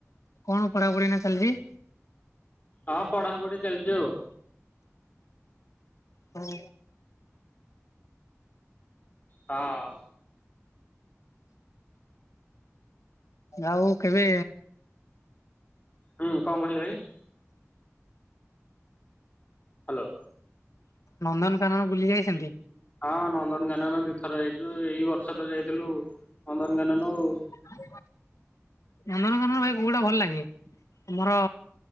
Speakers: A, on the left (about 80°); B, on the left (about 25°).
A: କଣ ପଢା ପଢି ଏଇନା ଚାଲିଛି।
B: ହଁ ପଢାପଢି ଚାଲିଚି ଆଉ।
A: ହଁ।
B: ହଁ।
A: ଆଉ କେବେ?
B: ହୁଁ କଣ କହିଲ ଭାଇ? ହ୍ୟାଲୋ।
A: ନନ୍ଦନକାନନ ବୁଲି ଯାଇଛନ୍ତି।
B: ହଁ ନନ୍ଦନକାନନ ଦୁଇଥର ଯାଇଛୁ ଏଇ ବର୍ଷ ତ ଯାଇଥିଲୁ ନନ୍ଦନକାନନ ଆଉ।
A: ହଉ ନନ୍ଦନକାନନ ଭାଇ କଉଟା ଭଲ ଲାଗେ? ଆମର